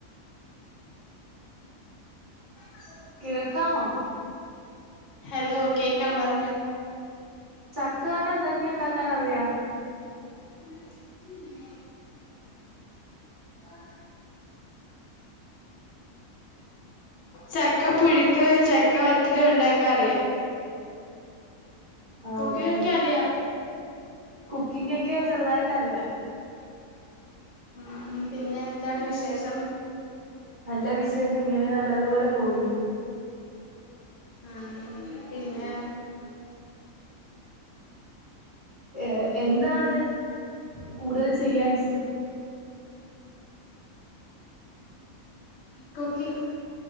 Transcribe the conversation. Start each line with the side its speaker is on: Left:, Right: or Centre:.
Left: <inaudible>
Right: കേൾക്കമോ?
Left: ഹലോ കേക്കാം, പറഞ്ഞോ?
Right: ചക്ക കൊണ്ട് എന്തൊക്കെയ ഉണ്ടാക്കാൻ അറിയാം?
Left: <inaudible> <inaudible> ചക്ക പുഴുക്ക്, ചക്ക വറ്റല് ഉണ്ടാക്കാൻ അറിയാം.
Right: ആഹ്
Left: കുക്കിംഗ്‌ ഒക്കെ അറിയാം
Right: കുക്കിംഗ ഒക്കെ ചെറുതായിട്ട് അറിയാം.
Left: ഉ പിന്നെ എന്താണ് വിശേഷം?
Right: നല്ല വിശേഷം ഇങ്ങനെയെ നല്ലതുപോലെ പോകുന്നു.
Left: ആ പിന്നെ
Right: ഏ എന്താണ് കൂടുതൽ ചെയ്യൻ ഇഷ്ടം?
Left: കുക്കിംഗ്‌